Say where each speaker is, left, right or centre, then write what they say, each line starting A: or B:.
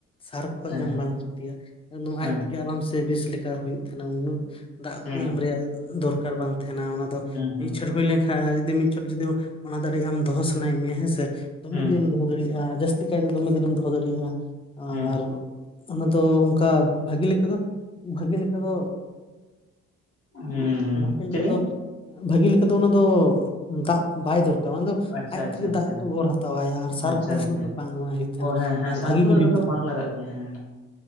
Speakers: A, on the left; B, on the left.
A: ᱥᱟᱨ ᱠᱚ ᱦᱚᱸ
B: ᱦᱮᱸ
A: ᱮᱢ ᱵᱟᱝ ᱞᱟᱹᱠᱛᱤᱭᱟ ᱮᱠᱫᱚᱢ
B: ᱦᱮᱸ
A: ᱟᱡ ᱛᱮᱜᱮ ᱟᱨᱟᱢ ᱥᱮ ᱵᱮᱥ ᱞᱮᱠᱟ ᱦᱩᱭᱩᱜ ᱛᱟᱦᱮᱸᱱᱟ ᱾ ᱩᱱᱟᱹᱜ ᱫᱟᱜ
B: ᱦᱮᱸ
A: ᱠᱚ ᱮᱢ ᱨᱮᱭᱟᱜ ᱫᱚᱨᱠᱟᱨ ᱵᱟᱝ ᱛᱟᱦᱮᱸᱱᱟ ᱾ ᱚᱱᱟ ᱫᱚ
B: ᱦᱮᱸ
A: ᱢᱤᱫ ᱪᱷᱚᱴ ᱦᱩᱭ ᱞᱮᱱᱠᱷᱟᱱ ᱦᱮᱸ ᱡᱩᱫᱤ ᱢᱤᱫ ᱪᱷᱚᱴ ᱡᱩᱫᱤ ᱚᱱᱟ ᱫᱟᱨᱮ ᱟᱢ ᱫᱚᱦᱚ ᱥᱟᱱᱟᱭᱮᱫ ᱢᱮᱭᱟ ᱦᱮᱸᱥᱮ ᱫᱚᱢᱮ
B: ᱦᱮᱸ
A: ᱫᱤᱱ ᱫᱚᱦᱚ ᱫᱟᱲᱮᱭᱟᱜᱼᱟ ᱾ ᱡᱟᱹᱥᱛᱤ ᱡᱟᱹᱥᱛᱤ ᱠᱟᱭᱛᱮ ᱫᱚ ᱫᱚᱢᱮ ᱫᱤᱱᱮᱢ ᱫᱚᱦᱚ ᱫᱟᱲᱮᱭᱟᱜᱼᱟ ᱾
B: ᱦᱮᱸ
A: ᱟᱨ ᱚᱱᱟ ᱫᱚ ᱚᱱᱠᱟ ᱵᱷᱟᱜᱮ ᱞᱮᱠᱟ ᱫᱚ ᱵᱷᱟᱹᱜᱮ ᱞᱮᱠᱟ ᱫᱚ
B: ᱦᱮᱸ ᱦᱮᱸ
A: ᱵᱷᱟᱜᱮ ᱞᱮᱠᱟ
B: ᱪᱮᱞᱮ
A: ᱫᱚ ᱵᱷᱟᱜᱮ ᱞᱮᱠᱟ ᱫᱚ ᱚᱱᱟ ᱫᱚ ᱫᱟᱜ ᱵᱟᱭ ᱫᱚᱨᱠᱟᱨ ᱚᱱᱟ ᱫᱚ
B: ᱟᱪᱪᱷᱟ
A: ᱟᱡ
B: ᱟᱪᱪᱷᱟ
A: ᱛᱮᱜᱮ
B: ᱟᱪᱪᱷᱟ
A: ᱫᱟᱜ ᱠᱚ ᱚᱨ ᱦᱟᱛᱟᱣᱟᱭ ᱟᱨ ᱥᱟᱨ
B: ᱟᱪᱪᱷᱟ
A: ᱠᱚᱦᱚᱸ
B: ᱟᱪᱪᱷᱟ
A: ᱩᱱᱟᱹᱜ ᱫᱚ ᱟᱨ ᱱᱚᱣᱟ ᱦᱩᱭᱩᱜ ᱛᱟᱦᱮᱸᱱᱟ
B: ᱚ ᱦᱮᱸ ᱦᱮᱸ
A: ᱟᱨ
B: ᱥᱟᱨ
A: ᱵᱷᱟᱹᱜᱤ
B: ᱠᱚᱫᱚ
A: ᱜᱮ
B: ᱚᱱᱟ
A: ᱦᱩᱭᱩᱜ
B: ᱫᱚ
A: ᱛᱟᱦᱮᱱᱟ
B: ᱵᱟᱝ
A: ᱾
B: ᱞᱟᱜᱟᱜ ᱜᱮᱭᱟ ᱦᱮᱸ